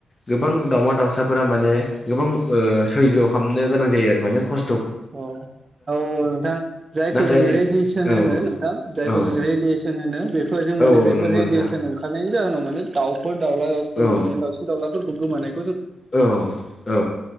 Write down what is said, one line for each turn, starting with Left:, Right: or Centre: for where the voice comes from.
Left: गोबां दाावमा दाउसाफोरा माने गोबां ओ सैज' खालामनो गोनां जायो आरो माने खस्थ'
Right: औ-औ नोंथां जायखौ
Left: नाथाय
Right: जों रेडियेसन
Left: औ
Right: होनो नोंथां जायखौ
Left: औ
Right: जों रेडि येसन होनो बेफोरजों
Left: औ
Right: माने
Left: औ
Right: बेफोर
Left: नंगौ
Right: रेडियेसन
Left: नोंथां
Right: ओंखारनायनि जाहोनाव माने दाउफोर दाउला दाउलि
Left: औ
Right: दाउसिन दाउलाफोरखौ गोमानाय
Left: औ औ